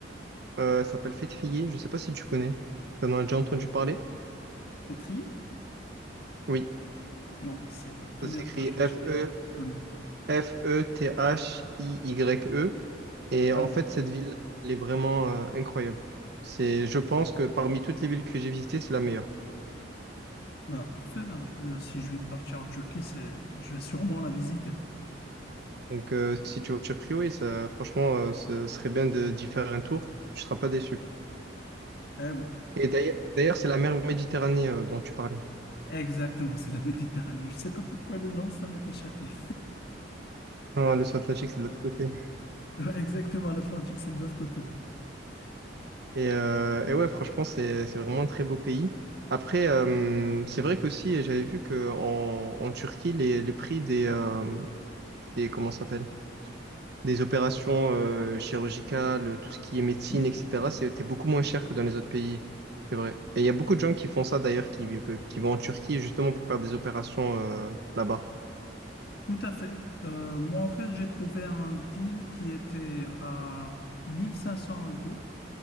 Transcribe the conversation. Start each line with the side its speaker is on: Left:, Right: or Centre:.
Right: Euh, ça s'appelle Fêtrier, je sais pas si tu connais. T'en as déjà entendu parler?
Left: Pétrier?
Right: Oui.
Left: Non, c'est la première
Right: Ça s'écrit
Left: fois. Je l'ai
Right: F-E,
Left: jamais connue.
Right: F-E-T-H-I-Y-E. Et
Left: Ah
Right: en
Left: oui.
Right: fait, cette ville elle est vraiment euh, incroyable. C'est, je pense que parmi toutes les villes que j'ai visitées, c'est la meilleure.
Left: Bah, parfait. ben, euh, si je vais partir en Turquie, c'est, je vais sûrement la visiter.
Right: Donc, euh, si tu vas en Turquie, oui, ça, franchement, euh, ce serait bien de, d'y faire un tour. Tu seras pas déçu.
Left: Ah oui.
Right: Et d'ailleurs, d'ailleurs, c'est la mer Méditerranée euh, dont tu parlais.
Left: Exactement, c'est la Méditerranée. Je sais pas pourquoi le nom, ça m'est échappé.
Right: Ah, l'océan Atlantique, c'est de l'autre côté.
Left: <laughs> Exactement, l'Atlantique, c'est de l'autre côté.
Right: Et, euh, et ouais, franchement, c'est, c'est vraiment un très beau pays. Après, euh, c'est vrai qu'aussi, j'avais vu que en, en Turquie, les, les prix des, euh, des, comment ça s'appelle? Des opérations euh, chirurgicales, tout ce qui est médecine,
Left: Oui,
Right: etc., c'était beaucoup moins cher que dans les autres pays. C'est vrai. Et il y a beaucoup de gens qui font ça d'ailleurs, qui, qui vont en Turquie justement pour faire des opérations euh, là-bas.
Left: tout à fait. Euh, moi, en fait, j'ai trouvé un deal qui était à mille cinq cents euros.